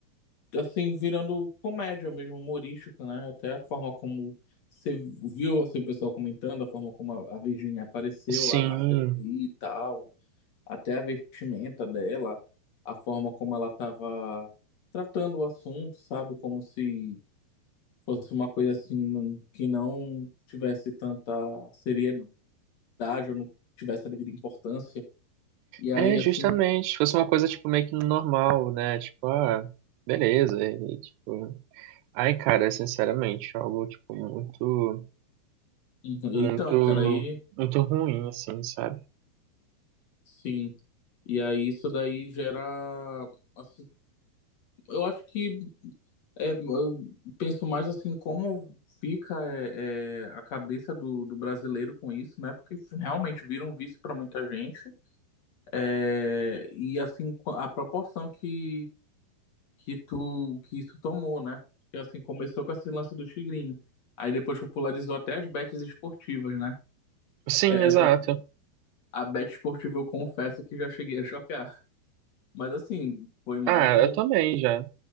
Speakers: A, on the left; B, on the right.
A: assim, virando comédia mesmo, humorística, né? Até a forma como você viu, assim, o pessoal comentando, a forma como a, a Virginia apareceu
B: Sim.
A: lá na CPI e tal, até a vestimenta dela, a forma como ela estava tratando o assunto, sabe? Como se fosse uma coisa, assim, não- que não tivesse tanta seriedade ou não tivesse a devida importância. E aí,
B: É,
A: assim,
B: justamente. Se fosse uma coisa, tipo, meio que normal, né? Tipo, ah, beleza. E, tipo... Ai, cara, é sinceramente, algo, tipo, muito,
A: uhum,
B: muito,
A: então, cara, aí...
B: muito ruim, assim, sabe?
A: Sim, E aí isso daí gera, assim, eu acho que é, eu penso mais assim como fica é, é, a cabeça do, do brasileiro com isso, né? Porque realmente vira um vício para muita gente. É, e assim co- a proporção que que tu que isso tomou, né? que assim começou com esse lance do tigrinho. Aí depois popularizou até as bets esportivas, né?
B: Sim,
A: É,
B: exato.
A: Essa, a bet esportiva eu confesso que já cheguei a <laughs> jogar. Mas assim, foi mais
B: Ah,
A: num
B: eu também já.